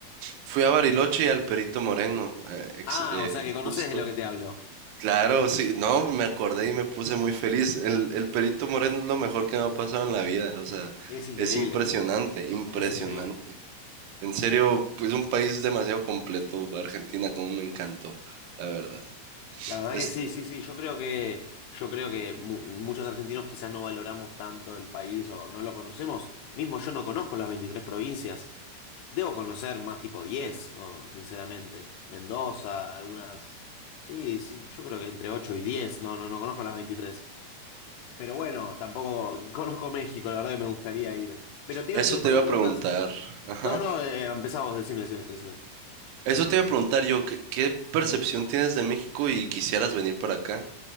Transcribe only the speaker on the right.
Fui a Bariloche y al Perito Moreno, eh, ex-
eh,
justo.
Claro, sí, no, me acordé y me puse muy feliz. El, el Perito Moreno es lo mejor que me ha pasado en la vida, o sea,
es impresionante, impresionante.
En serio, es un país demasiado completo, Argentina, como me encantó, la verdad.
Este,
eso
te
iba
a
preguntar, ajá.
Eso te iba a preguntar yo, ¿qué, qué percepción tienes de México y quisieras venir para acá?